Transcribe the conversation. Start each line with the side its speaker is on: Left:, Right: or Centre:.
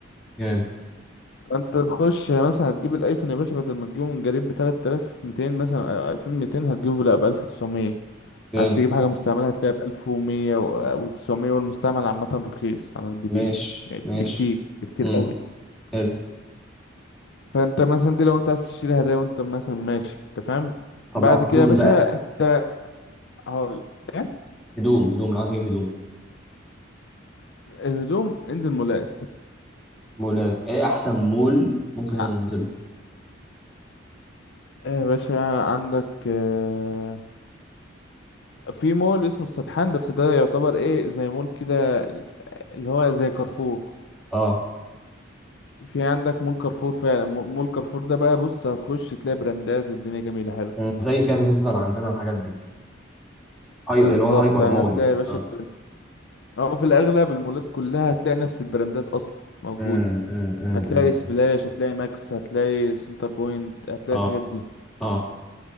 Centre: جامد
Left: فانت تخش مثلا هتجيب الايفون يا باشا بدل ما تجيبه من جريب ب 3200 مثلا أو 2200 هتجيبه لا ب 1900
Centre: جامد
Left: عايز تجيب حاجة مستعملة هتلاقيها ب 1100 و900 والمستعمل عامة رخيص عن الجديد
Centre: ماشي
Left: يعني
Centre: ماشي
Left: بكتير بكتير
Centre: امم
Left: قوي
Centre: حلو
Left: فانت مثلا دي لو انت عايز تشتري هدايا وانت مثلا ماشي انت فاهم
Centre: طب
Left: بعد
Centre: لو
Left: كده
Centre: هدوم
Left: يا باشا
Centre: بقى
Left: انت هقول إيه؟
Centre: هدوم هدوم لو عايز اجيب هدوم
Left: الهدوم انزل مولات
Centre: مولات ايه احسن مول ممكن
Left: ع-
Centre: انزله
Left: يا باشا عندك آه، في مول اسمه السدحان بس ده يعتبر ايه زي مول كده اللي هو زي كارفور
Centre: اه
Left: في عندك مول كارفور فعلا م- مول كارفور ده بقى بص هتخش تلاقي براندات والدنيا جميلة حلو
Centre: مم. زي كده فيستيفال عندنا والحاجات دي هاي
Left: بالظبط
Centre: اللي هو هايبر
Left: هتلاقي
Centre: مول يعني
Left: يا باشا
Centre: اه
Left: براند او في الاغلب المولات كلها هتلاقي نفس البراندات اصلا موجودة
Centre: امم امم
Left: هتلاقي
Centre: امم
Left: سبلاش هتلاقي ماكس هتلاقي سنتر بوينت هتلاقي
Centre: اه
Left: الحاجات دي
Centre: اه